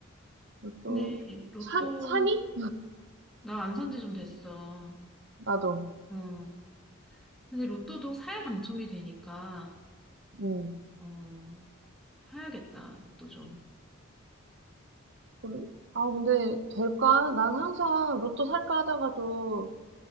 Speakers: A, on the right (about 55°); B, in the centre.
A: 로또,
B: 근데 로또,
A: 산, 산이?
B: 나 안 산지 좀 됐어.
A: 나도.
B: 어. 근데 로또도 사야 당첨이 되니까,
A: 음.
B: 어, 사야겠다, 로또 좀.
A: 근- 아, 근데 될까? 난 항상 로또 살까 하다가도